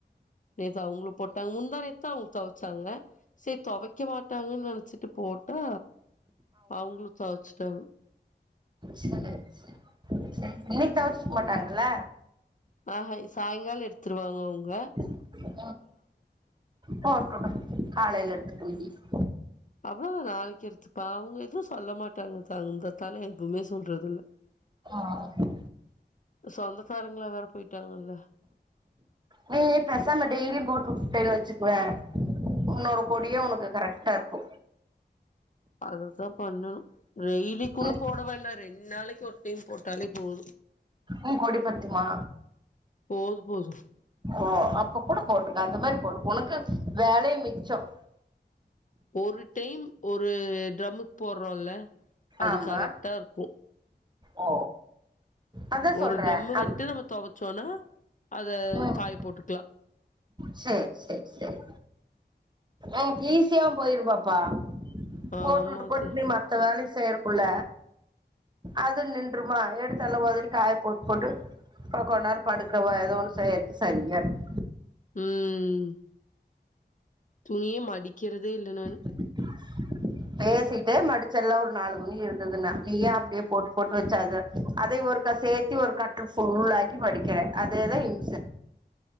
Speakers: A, on the left; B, on the right.
A: நேத்த அவங்களு போட்டாங்க முந்தா நேத்தா அவுங்க தொவச்சாங்க சேரி தொவக்க மாட்டாங்கன்னு நெனச்சிட்டு போட்டா அவங்களு தொவச்சட்டாங்க
B: சேர் சேர் சேரி இன்னைக்கி தொவச்சிருக்க மாட்டாங்கல்ல
A: ஆஹ் சாங்கால எடுத்துருவாங்க அவுங்க
B: ம் போட்டு விடு ஆ காலையில இருந்து <unintelligible>
A: அவ்ளோதா நாளைக்கி எடுத்துப்பா அவுங்க எதுவு சொல்ல மாட்டாங்க தந்தத்தால எதுமே சொல்றது இல்ல
B: <unintelligible>
A: சொந்தக்காரங்கள வேறு போயிட்டாங்கங்க
B: நீ பேசாம டெய்லிம் போட்டுவுட்டனு வச்சுக்குவே உன்னோட கொடியு உனக்கு கரெக்ட்டா இருக்கு
A: அததா பண்ணணும் டெய்லி கூட
B: ம்
A: போட வேண்டா ரெண்டு நாளைக்கி ஒரு டைம் போட்டாலே போது
B: ம் கொடி பத்துமா
A: போது போதும்
B: ஓ அப்ப கூட போட்டுக்க அந்த மாரி போடு உனக்கு அந் வேலயு மிச்சம்
A: ஒரு டைம் ஒரு ட்ரம்முக்கு போடுறோல்ல அது
B: ஆமா
A: கரெக்ட்டாருக்கு
B: ஓ அதா
A: ஒரு
B: சொல்றே
A: டிரம் வந்து
B: அப்
A: நம்ம துவச்சோனா அத
B: ம்
A: காய போட்டுக்லா
B: சேர் சேர் சேரி உன்க்கு ஈஸியாவு போயிருபாப்பா
A: ஆமா
B: போட்டுவுட்டு போட்டுவுட்டு
A: த்த
B: நீ மத்த வேலயு செய்றக்குள்ள அது நின்றமா எடுத்து எல்லா அதலா ஒதரி காய போட்டுபோட்டு இப்ப கொண் நேரோ படுக்கவோ ஏதோ ஒரு செய்றதுக்கு செரியா இருக்கு
A: ம் ம் துணியே மடிக்கிறதே இல்ல நானு
B: <inaudible> பேசிட்டே மடிச்சர்லா ஒரு நாலுதுணி இருந்ததுன்னா நீ ஏ அப்டியே போட்டு போட்டு வச்சா அத அத ஒர்க்கா சேத்தி ஒரு கட்டல் ஃபுல்லாக்கி மடிக்கற அதேதா இம்ச